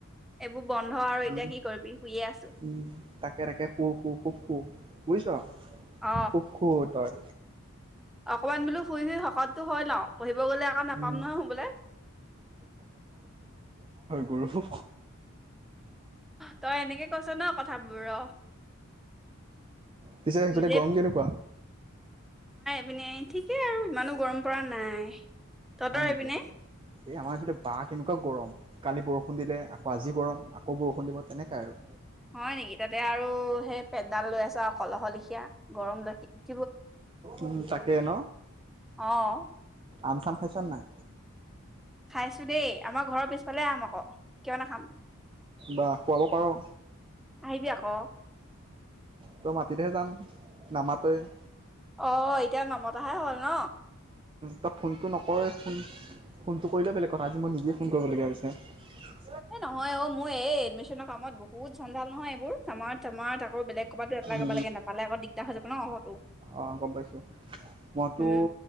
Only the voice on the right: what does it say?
উ
উম তাকে তাকে খু খু খুব খু বুজিছ
খুব খু তই
উম,
গুৰো
পিছে
যতে গৰম কেনেকুৱা
হয় নেকি?
এই আমাৰ ইতে বাঁহ কেনেকুৱা গৰম কালি বৰষুণ দিলে আকৌ আজি গৰম আকৌ বৰষুণ দিব তেনেকাই আৰু
উ তাকে ন
আমচাম খাইছো নে নাই
বা খুৱাব পাৰোঁ
তই মাাটলেহে যাম নামাতই ।
তই ফোনটো নকৰে ফোন ফোনটো কৰিলেই বেলেগ কথা আজি মই নিজেই ফোন কৰিবলগীয়া হৈছে
উ
অ গম পাইছো মইতো